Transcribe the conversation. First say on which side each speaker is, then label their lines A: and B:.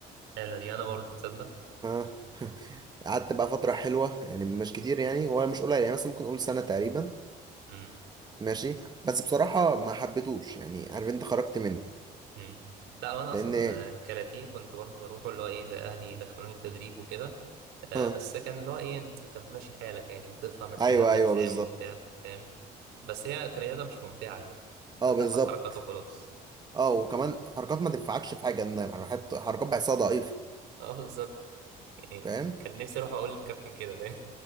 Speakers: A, on the right (about 85°); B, on the right (about 25°).
A: حلوة دي انا برضه تصدق
B: اه <laughs> قعدت بقى فتره حلوه يعني مش كتير يعني هو مش قليل يعني مثلا ممكن اقول سنه تقريبا
A: مم.
B: ماشي بس بصراحه ما حبيتهوش يعني عارف انت خرجت منه
A: مم. لا وانا
B: لان
A: اصلا آه، كاراتيه كنت برضو بروحه اللي هو ايه زي اهلي دخلوني تدريب وكده آه،
B: اه
A: بس كان اللي هو ايه انت بتمشي حالك يعني وبتطلع من حزام
B: ايوه
A: لحزام
B: ايوه بالظبط
A: وبتاع فاهم بس هي كرياضه مش ممتعه يعني
B: اه
A: انت
B: بالظبط
A: بتحفظ حركات وخلاص
B: اه وكمان حركات ما تنفعكش في حاجه إن حركات حركات بحسها ضعيفه
A: <laughs> اه بالظبط يعني
B: فاهم
A: كان نفسي اروح اقول للكابتن كده فاهم